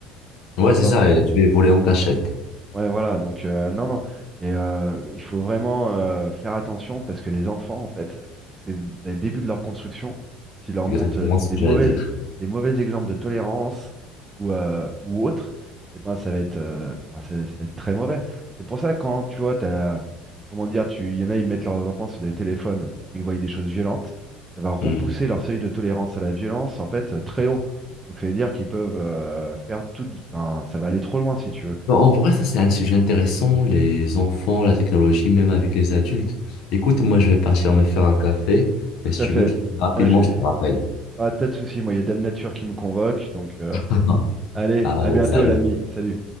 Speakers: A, on the left; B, on the right.
A: Ouais,
B: tu
A: c'est
B: vois.
A: ça. Et je vais voler en cachette.
B: Ouais, voilà, donc euh, non, non. Et euh, il faut vraiment euh, faire attention parce que les enfants, en fait, c'est le début de leur construction. tu leur
A: Exactement
B: montrent des
A: ce que
B: mauvais,
A: j'allais dire.
B: des mauvais exemples de tolérance ou, euh, ou autre, et ben, ça va être, euh, ben, ça va- ça va être très mauvais. C'est pour ça, quand tu vois, t'as, comment dire, tu, il y en a, ils mettent leurs enfants sur des téléphones où ils voient des choses violentes, ça va repousser
A: Hmm.
B: leur seuil de tolérance à la violence, en fait, euh, très haut. Donc, ça veut dire qu'ils peuvent euh, faire tout, enfin, ça va aller trop loin si tu veux.
A: Bah, en vrai, ça c'est un sujet intéressant, les enfants, la technologie, même avec les adultes. Écoute, moi je vais partir me faire un café,
B: Tout
A: mais si
B: à
A: tu
B: fait.
A: veux, je- rapidement,
B: Moi, j'ai
A: je te rappelle.
B: pas, pas de soucis. Moi, il y a Dame Nature qui me convoque. Donc, euh,
A: <laughs>
B: allez,
A: Allez,
B: à bientôt,
A: salut.
B: l'ami. Salut.